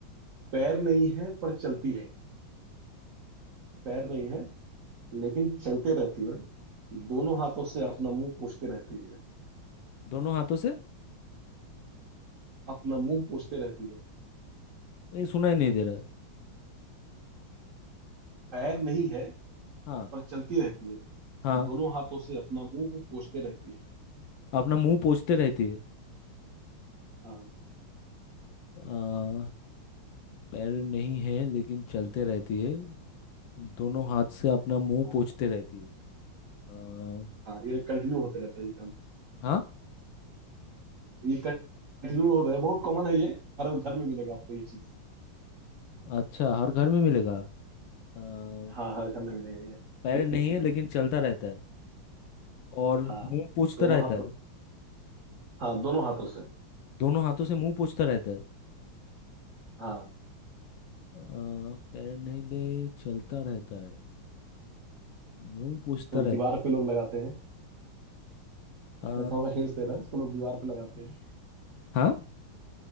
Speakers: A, on the right; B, on the left.
A: पैर नहीं है पर चलती है पैर नहीं है लेकिन चलते रहती है दोनों हाथों से अपना मुंह पोंछते रहती है
B: दोनों हाथों से
A: अपना मुंह पोंछते रहती है
B: ये सुनाई नहीं दे रहा है
A: पैर नहीं है
B: हाँ
A: पर चलती रहती है
B: हाँ
A: दोनों हाथों से अपना मुंह पोंछते रहती है
B: अपना मुंह पोंछते रहती है
A: हाँ
B: आ, पैर नहीं है लेकिन चलते रहती है दोनों हाथ से अपना मुंह
A: हाँ
B: पोंछते रहती है आ,
A: हाँ ये कंटिन्यू होते रहता है ये काम
B: हाँ
A: ये कंटिन्यू हो रहा है बहुत कॉमन है ये हर घर में मिलेगा आपको ये चीज
B: अच्छा हर घर में मिलेगा आ, पैर
A: हाँ हर घर में मिलेगा
B: नहीं
A: ये
B: है लेकिन चलता रहता है
A: <laughs>
B: और मुंह
A: हाँ
B: पोंछता
A: दोनों
B: रहता
A: हाथों
B: है
A: हाँ दोनों हाथों से
B: दोनों हाथों से मुंह पोंछता रहता है अ,
A: हाँ
B: पैर नहीं दे चलता रहता है मुंह पोंछता
A: तो
B: रहता
A: दीवार
B: है
A: पे लोग लगाते हैं
B: अ,
A: मैं थोड़ा हिंट्स दे रहा है इसको लोग दीवार पे लगाते हैं
B: हाँ